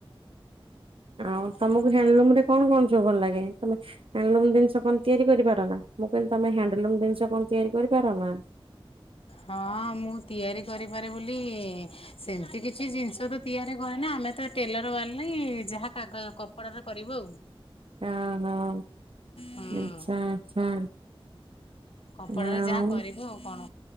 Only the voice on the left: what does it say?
ହଁ
ହଁ ମୁଁ ତିଆରି କରିପାରେ ବୋଲି ସେମିତି କିଛି ଜିନିଷ ତ ତିଆରି କରେ ନା ଆମେ ତ ଟେଲର ବାଲି ଯାହା କାଗ କପଡା ରେ କରିବୁ ଆଉ
ହୁଁ
କପଡାରେ
ଯାହା କରିବୁ ଆଉ କଣ?